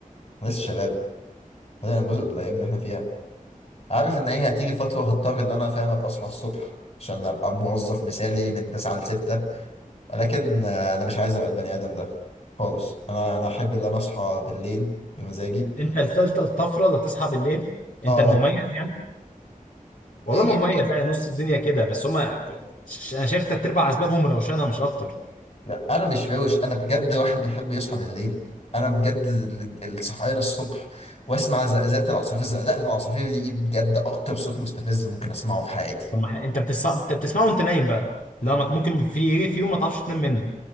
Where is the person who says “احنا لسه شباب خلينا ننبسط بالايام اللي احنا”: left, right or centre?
Left